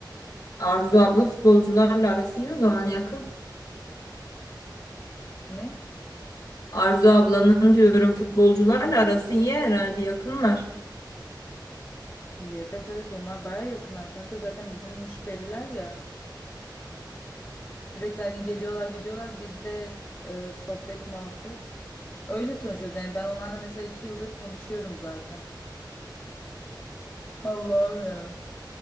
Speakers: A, on the left; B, on the left.
A: Arzu abla futbolcularla arası iyi o zaman yakın.
B: Ne?
A: Arzu ablanın diyorum futbolcularla arası iyi herhalde yakınlar.
B: Evet evet onlar baya yakınlar kanka. Zaten bizim müşteriler ya. Sürekli hani geliyorlar gidiyorlar. Biz de e, sohbet muhabbet. Öyle tanışıyoruz. Yani ben onlarla mesela iki yıldır tanışıyorum zaten. Allah'ım ya.